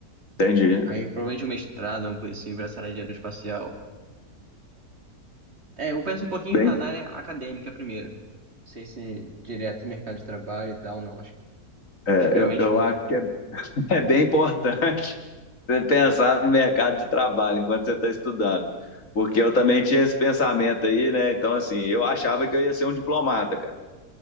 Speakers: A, on the left (about 55°); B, on the right (about 40°).
A: entendi.
B: Aí provavelmente um mestrado, uma coisa assim, pra essa área de aeroespacial. É, eu penso um pouquinho
A: Bem,
B: na, na área acadêmica primeiro. Não sei se direto mercado de trabalho e tal, não. Acho
A: é,
B: que realmente.
A: eu, eu acho que é <laughs> É bem importante <laughs> você pensar no mercado de trabalho enquanto você está estudando. Porque eu também tinha esse pensamento aí, né? Então, assim, eu achava que eu ia ser um diplomata, cara.